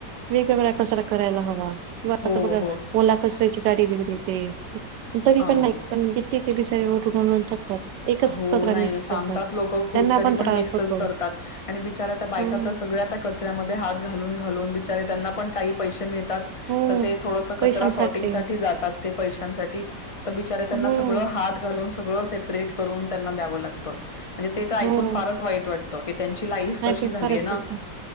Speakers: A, on the right; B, on the left.
A: वेगवेगळा कचरा करायला हवा. किंवा
B: हो
A: आता बघ
B: हो
A: ओला कचऱ्याची गाडी वेगर येते तरी
B: हा
A: पण नाय <unintelligible> ते बी सारे ओढून <unintelligible> थकतात एकच.
B: हो
A: कचरा
B: नाही
A: मिक्स
B: सांगतात
A: करतात
B: लोक खूप
A: त्यांना
B: तरी पण
A: त्रास
B: मिक्सच
A: होतो
B: करतात आणि बिचऱ्या त्या
A: हम्म
B: बायका त सगळ्या त्या कच कचऱ्या मधी हात घाल घालून घालून बिचारे त्यांना पण काही पैसे मिळतात
A: हम्म
B: त ते थोडस कचरा
A: पैशांसाठी
B: शॉर्टिंग साठी जातात. ते पैशांसाठी त बिचारे त्यांना
A: हम्म
B: सगळं हात घालून सगळं सेपरेट करून त्यांना द्यावं लागतं. म्हणजे ते तर ऐकून
A: हम्म
B: फार वाईटच वाटत की त्यांची लाईफ कशी
A: ऐकून
B: झालीय
A: फारच
B: ना
A: वाटतं.